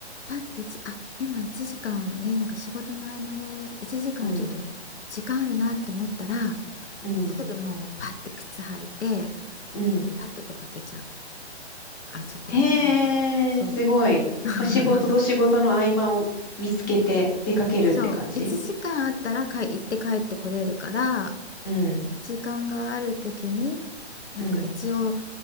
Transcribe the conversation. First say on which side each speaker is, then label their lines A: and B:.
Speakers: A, on the left; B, on the left.
A: パッてちあ今1時間ねなんか仕事の合間で1時間ちょっと
B: うん、
A: 時間あるなって思ったら
B: うん、
A: すぐもうパッて靴履いて
B: うん。
A: 立って出かけちゃうあそこにあの
B: へえ、
A: そう
B: すごい。
A: <laughs>
B: まあ、仕事と仕事の合間を見つけて出かけるって感じ
A: そう1時間あったらかい行って帰ってこれるから
B: うん、
A: 時間がある時になんか一応
B: うん、